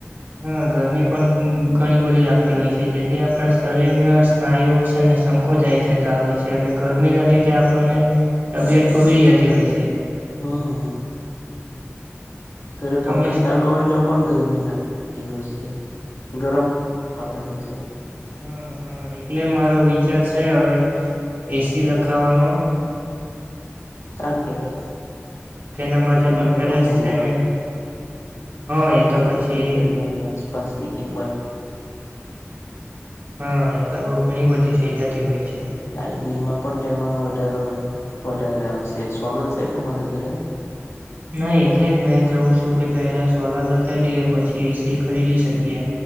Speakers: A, on the right (about 45°); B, on the left (about 75°).
A: હા ગરમી પણ ઘણી બધી લાગતી હોય છે તેથી આપણા શરીરના. નાયુ છે અને શંકોજ આવી જતા હોય છે અને ગરમીના લીધે આપણને. તબિયત બગડી જતી હોય છે.
B: હમ. ઘરે
A: તમે
B: પંખા ચાલુ હોય તો. પણ ગરમી લાગતી હોય છે ગરમવા લાગે છે.
A: હા હા એટલે મારો વિચાર છે હવે એસી લખાવાનો.
B: સારું કે ભાઈ.
A: તેના
B: પછણ
A: માટે પણ પેલે
B: મોઘ
A: છે ને હા
B: પચીસ
A: એ તો પછી
B: વીસ ત. ની આસપાસ ની કિંમત.
A: હા એટલા બ ઘણી બધી થઇ જતી હોય છે.
B: લાઈટ બિલમાં પણ તેમાં વધારો વધારે આવશે સોલર છે તમારે ઘરે.
A: નહીં એટલે જ મેં કહેહું છું કે પહેલાં સોલાં લખાવી દઈએ પછી એસી ખરીદી શકીએ.